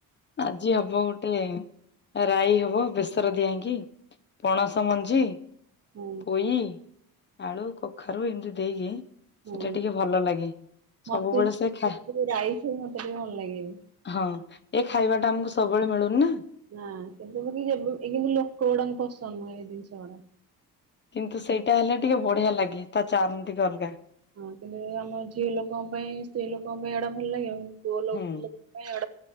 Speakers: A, on the left; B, on the right.
A: ଆଜି ହବ ଗୋଟେ ରାାଇ ହବ ବେସର ଦିଆଇକି ପଣସ ମଞ୍ଜି
B: ହୁଁ
A: ପୋଇ ଆଳୁ କଖାରୁ ଏମିତି ଦେଇକି
B: ହୁଁ
A: ସେଟା ଟିକେ ଭଲ ଲାଗେ। ସବୁବେଳେ
B: ମତେ
A: ସେ ଖା
B: ରାଇସ ମତେ ଟ ଭଲ ଲାଗିବ ହଁ
A: ହଁ ଏ ଖାଇବା ଟା ଆମକୁ ସବୁବେଳେ ମିଳୁନି ନା
B: ନା କେବେ କି କିନ୍ତୁ ଲୋକ ଗୁଡାଙ୍କୁ ପସନ୍ଦ ନୁହେ ଏଇ ଜିନିଷ ଗୁଡା
A: କିନ୍ତୁ ସେଇଟା ହେଲେ ଟିକେ ବଢିଆ ଲାଗେ ତା ଚାରମ ଟିକେ ଅଲଗା
B: ହଁ କିନ୍ତୁ ଆମ ଝିଅ ଲୋକଙ୍କ ପାଇଁ ସ୍ତ୍ରୀ ଲୋକଙ୍କ ପାଇଁ ଏଡା ଭଲ ଲାଗିବ କିନ୍ତୁ ପୁଅ ଲୋକଙ୍କ
A: ହୁଁ
B: ପାଇଁା